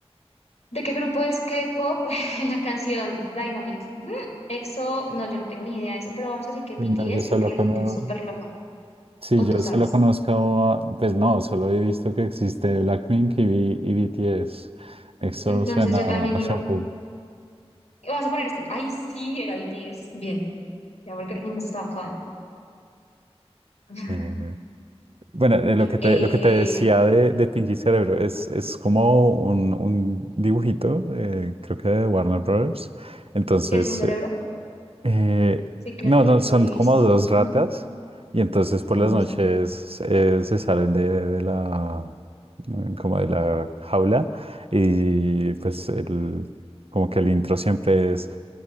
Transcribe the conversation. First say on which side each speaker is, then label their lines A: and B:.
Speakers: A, on the left; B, on the right.
A: ¿De qué grupo es K-pop <laughs> en la canción Dynamite? Ujú. EXO, no, yo no tengo ni idea de eso, pero vamos a decir que BTS
B: No, yo solo
A: porque la
B: conozco,
A: gente es súper loca.
B: sí,
A: O
B: yo
A: tú sabes.
B: solo conozco, a- pues no, solo he visto que existe Blackpink y, B- y BTS. Eso
A: Entonces
B: suena
A: yo también
B: a shampoo.
A: Vamos a poner este. Ay, sí, era BTS. Bien, ya porque el tiempo se estaba acabando. <laughs>
B: Eh, bueno, eh, lo que te,
A: Eh,
B: lo que te decía de, de Pinky Cerebro es, es como un, un dibujito, eh, creo que de Warner Brothers. Entonces,
A: ¿qué es un cerebro?
B: eh, Eh,
A: Sí, creo
B: no,
A: que
B: no,
A: lo
B: son
A: he
B: como
A: visto.
B: dos ratas
A: ¿No?
B: y entonces
A: No,
B: por
A: entonces
B: las noches
A: no. <laughs>
B: eh, se salen de, de la eh, como de la jaula y pues el, como que el intro siempre es